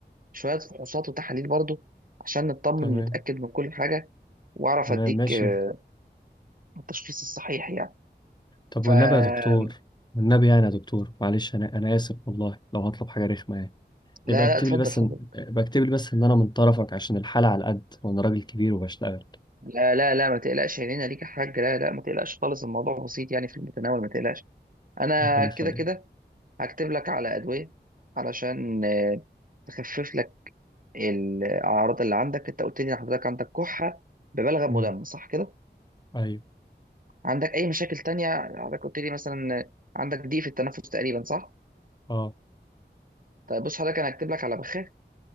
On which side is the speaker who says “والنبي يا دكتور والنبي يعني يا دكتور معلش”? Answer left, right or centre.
Left